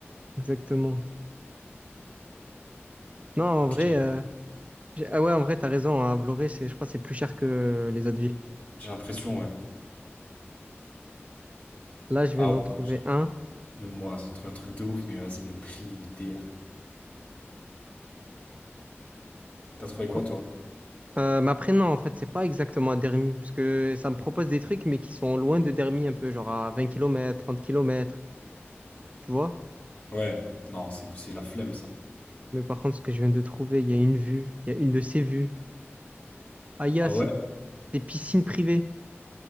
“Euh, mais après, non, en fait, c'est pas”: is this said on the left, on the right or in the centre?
Right